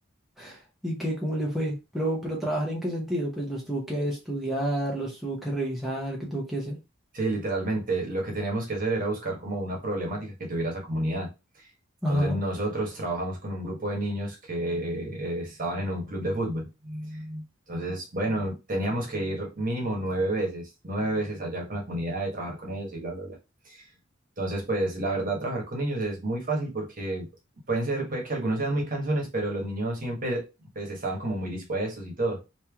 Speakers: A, in the centre; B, on the right.
A: <laughs> ¿Y qué? ¿Cómo le fue? Pero, pero trabajar en qué sentido? Pues los tuvo que estudiar, los tuvo que revisar, ¿qué tuvo que hacer?
B: Sí, literalmente, lo que teníamos que hacer era buscar como una problemática que tuviera esa comunidad. Entonces
A: Ajá,
B: nosotros trabajamos con un grupo de niños que eh, estaban en un club de fútbol. Entonces, bueno, teníamos que ir mínimo nueve veces, nueve veces allá con la comunidad y trabajar con ellos y bla, bla, bla. Entonces, pues la verdad, trabajar con niños es muy fácil porque pueden ser, puede que algunos sean muy cansones, pero los niños siempre, pues, estaban como muy dispuestos y todo.